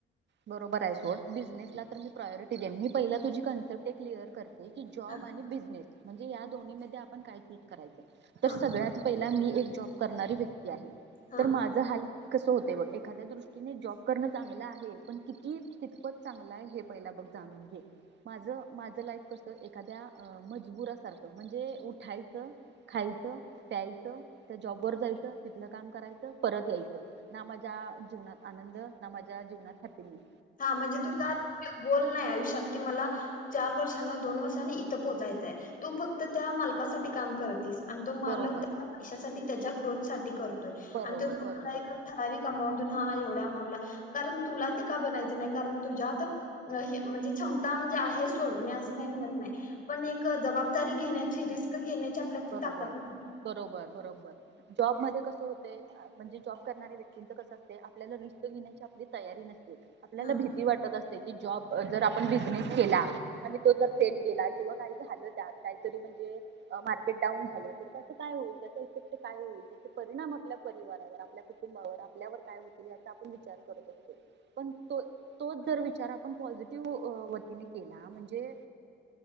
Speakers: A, on the right (about 60°); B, on the left (about 45°).
A: बरोबर आहे सोड बिझनेसला तर मी प्रायरटी देन मी पहिला तुझी कन्सेप्ट क्लिअर करते. की जॉब
B: हा
A: आणि बिझनेस म्हणजे या दोन्ही मध्ये आपण काय चूज करायचं.
B: हा
A: तर सगळ्यात पहि मी एक जॉब करणारी व्यक्ती. हे आहे
B: हा
A: तर माझ हाल कसं होते बघ एखाद्या दृष्टीने जॉब करणं चांगलं आहे. पण किती कितपत चांगलं आहे, हे पहिला बघ जाणून घे माझ माझं लाईफ कसं एखाद्या मजबुरा सारखं म्हणजे उठायचं खायचं प्यायचं त्या जॉबवर जायचं तिथलं काम करायचं परत यायचं, ना माझ्या जीवनात आनंद ना माझ्या जीवनात हॅपिनेस.
B: हा म्हणजे तुझ्या गोल नाही आयुष्यात कि मला चार वर्षांना दोन वर्षांनी इथं पोहोचायचंय तू फक्त त्या मालकासाठी काम करतीस आणि तो मालक
A: बरोबर
B: त्याच्या पैशासाठी त्याच्या ग्रोथ छाटी करत तो
A: बरोबर
B: आणि तुम्हाला
A: बरोबर
B: ठराविक एक ठराविक आमाऊंटन हा एवढां आमाऊंट तुला कारण तुला. का बनायचं नाही. कारण तुज्यात हे म्हणजे क्षमता म्हणजे आहे सोड मी अस नाही म्हणत नाही पण एक जबादारी घेण्याची रिस्क घेण्याची. आपल्या ती
A: बरोबर
B: ताकद नाही
A: बरोबर बरोबर जॉब मध्ये कस होतय, म्हणजे जॉब करणाऱ्या व्यक्तिच कस असतय आपल्याला रिस्क घेण्याची आपली तयारी नस आपल्याला
B: हा
A: भीती वाटत असते की जॉब जर आपण बिझनेस केला म्हणजे तो जर फेल गेला किंवा काही झालं त्यात काहीतरी म्हणजे मार्के डाऊन झाल तर त्याच काय होईल त्याचा इफेक्ट काय होईल त्याच परिणाम आपल्या परिवारावर आपल्या कुटुंबावर आपल्यावर काय होतील याचा आपण विचार करत असतो पण तोच जर विचार आपण पॉझिटिव्ह वतीने केला म्हणजे